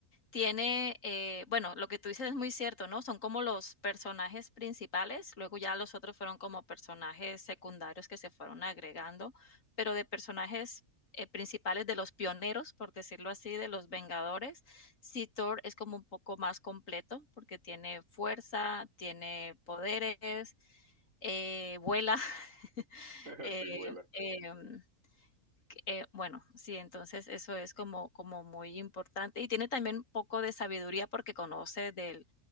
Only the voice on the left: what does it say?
Tiene, eh, bueno, lo que tú dices es muy cierto, ¿no? Son como los personajes principales, luego ya los otros fueron como personajes secundarios que se fueron agregando, pero de personajes eh, principales de los pioneros, por decirlo así, de los Vengadores, sí Thor es como un poco más completo porque tiene fuerza, tiene poderes, eh, vuela, <laughs>
eh,
em, eh, bueno, sí, entonces eso es como, como muy importante. Y tiene también un poco de sabiduría porque conoce del,